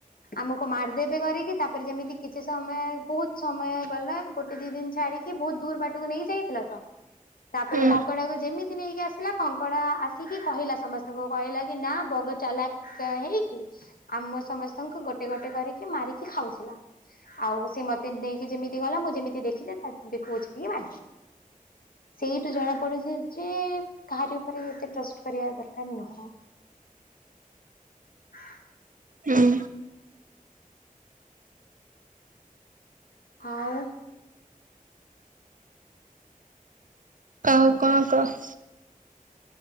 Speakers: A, on the left; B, on the right.
A: ଆମକୁ ମାରିଦେବେ କରିକି। ତାପରେ ଯେମିତି କିଛି ସମୟ ବହୁତ ସମୟ ଗଲା। ଗୋଟେ ଦି ଦିନ ଛାଡିକି ବହୁତ ଦୂର ବାଟକୁ ନେଇ ଯାଇଥିଲ ତ, ତାପରେ
B: ହୁଁ
A: କଙ୍କଡାକୁ ଯେମିତି ନେଇକି ଆସିଲା। କଙ୍କଡା ଆସିକି କହିଲା ସମସ୍ତଙ୍କୁ କହିଲା କି ନା ବଗ ଚାଲାକ ହେଇକି ଆମ ସମସ୍ତଙ୍କୁ ଗୋ ଗୋଟେ ଗୋଟେ କରିକି ମାରିକି ଖାଉଥିଲା। ଆଉ ସେ ମତେ ନେଇକି ଯେମିତି ଗଲା ମୁଁ ଯେମିତି ଦେଖିଲି, ତା ବେ କଛି କିିଏ ବା ସେଇଠୁ ଜଣା ପଡୁଛି ଯେ! କାହାରି ଉପରେ ଏତେ ଟ୍ରଷ୍ଟ କରିବା ଦରକାର ନୁହଁ। ଆ
B: ହୁଁ।
A: ଆଉ,
B: କଉ କଁ କହ?